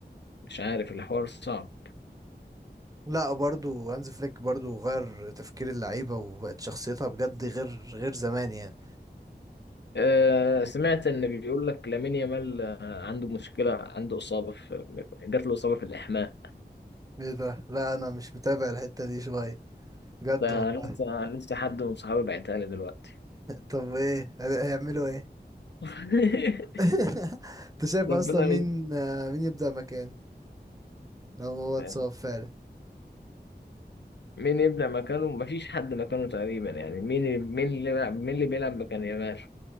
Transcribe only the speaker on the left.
مش عارف الحوار صعب
أه سمعت إن بيقول لك لامين يامال آه، عنده مشكلة عنده إصابة في جات له إصابة في الإحماء
ده
لسه لسه حد من صحابي بعتها لي دلوقتي
<laughs>
ربنا
يستر.
مين يبدأ مكانه مفيش حد مكانه تقريبا يعني مين مين اللي بيلعب مين اللي بيلعب مكان يامال